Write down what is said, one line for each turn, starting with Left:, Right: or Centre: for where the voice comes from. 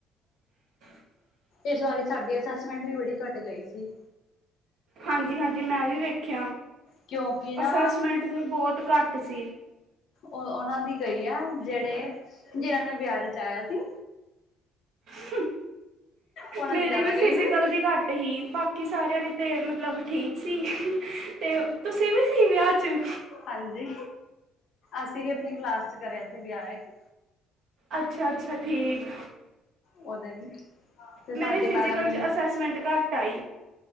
Right: <inaudible>
Left: ਇਸ ਵਾਰੀ ਸਾਡੀ ਅਸੈਸਮੈਂਟ ਵੀ ਬੜੀ ਘੱਟ ਗਈ ਸੀ।
Right: ਹਾਂਜੀ-ਹਾਂਜੀ ਮੈਂ ਵੀ ਵੇਖਿਆ
Left: ਕਿਉਂਕਿ ਨਾ
Right: ਅਸੈਸਮੈਂਟ ਵੀ ਬੋਤ ਘੱਟ ਸੀ।
Left: ਓ ਉਨਾਂ ਦੀ ਗਈ ਆ ਜੇੜੇ ਜਿਨਾਂ ਨੇ ਵਿਆਹ ਰਚਾਇਆ ਸੀ।
Right: ਹੂੰ
Left: ਉਹਨਾਂ
Right: ਮੇਰੀ
Left: ਦੀ ਜ਼ਿਆਦਾ
Right: ਵੀ
Left: ਗਈ
Right: ਫਿਜੀਕਲ
Left: ਸੀ
Right: ਦੀ ਘੱਟ ਹੀ ਬਾਕੀ ਕਿ ਸਾਰਿਆਂ ਲਈ ਤੇ ਮਤਲਬ ਠੀਕ ਸੀ ਤੇ ਤੁਸੀਂ ਵੀ ਸੀ ਵਿਆਹ 'ਚ
Left: ਹਾਂਜੀ ਅਸੀ ਵੀ ਆਪਣੀ ਕਲਾਸ 'ਚ ਕਰਿਆ ਸੀ ਵਿਆਹ ਇਕ
Right: ਅੱਛਾ-ਅੱਛਾ ਠੀਕ।
Left: ਉਹਦੇ ਚ ਤੇ ਸਾਡੀ
Right: ਮੇਰੀ ਫਿਜ਼ਕਲ
Left: ਮੈਡਮ
Right: 'ਚ ਅਸੈਸਮੈਂਟ ਘੱਟ ਆਈ।